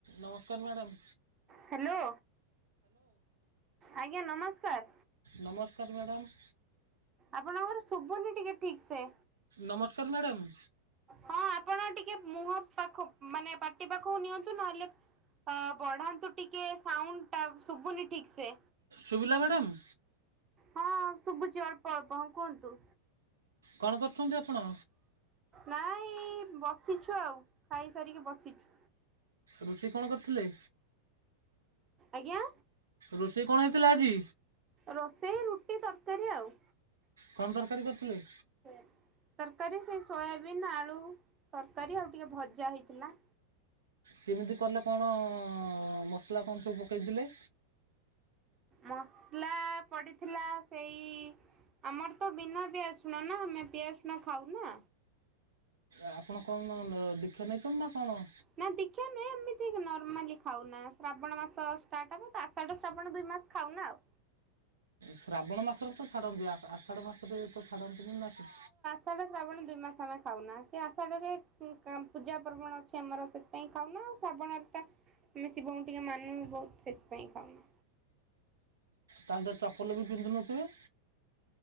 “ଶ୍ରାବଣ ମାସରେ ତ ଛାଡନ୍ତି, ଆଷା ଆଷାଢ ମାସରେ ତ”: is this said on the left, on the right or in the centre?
Right